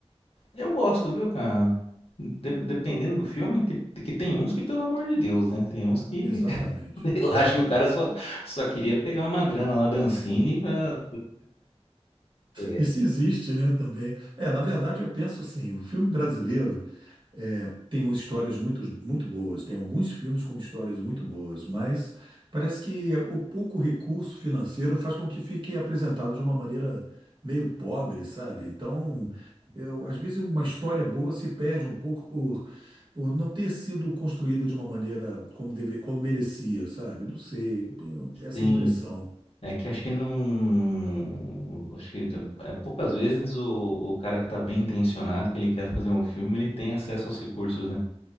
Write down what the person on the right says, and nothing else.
Exatamente.
É.
Isso existe, né, também. É, na verdade, eu penso assim, o filme brasileiro. É, Tem umas histórias muito, muito boas, tem alguns filmes com histórias muito boas, mas parece que o pouco recurso financeiro faz com que fique apresentado de uma maneira meio pobre, sabe? Então, eu, às vezes uma história boa se perde um pouco por, por não ter sido construída de uma maneira como, deve, como merecia, sabe? Não sei, eu tenho essa
impressão.